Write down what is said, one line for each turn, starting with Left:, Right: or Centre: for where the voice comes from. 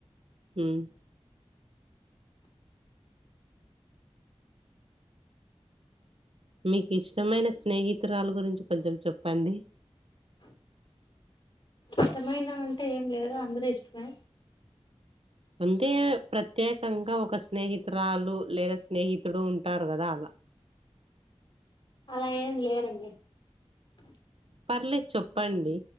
Right: హ్మ్ మీకు ఇష్టమైన స్నేహితురాలు గురించి కొంచెం చెప్పండి
Left: ఇష్టమైన అంటే ఏం లేదు అందరూ ఇష్టమే
Right: అంటే ప్రత్యేకంగా ఒక స్నేహితురాలు లేదా స్నేహితుడు ఉంటారు కదా అలా
Left: <inaudible> అలా ఏం లేరండి
Right: పర్లేదు చెప్పండి